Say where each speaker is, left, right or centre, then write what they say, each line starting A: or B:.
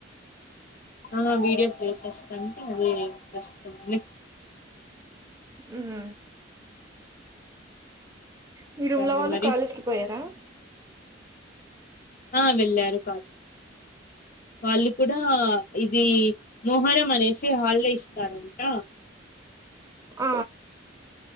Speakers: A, on the left (about 50°); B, on the right (about 15°).
A: ఆ వీడియో ప్లే చేసామండి అదె వస్తుంది
B: ఉ హు మీ
A: ఇంకండి
B: రూంలో వాళ్ళు
A: మరి
B: కాలేజ్కి పోయారా
A: ఆ వెళ్ళారు వాళ్ళు కూడా ఇది మొహరం అన్ నేసి హాలిడే ఇస్తున్నారంట
B: ఆ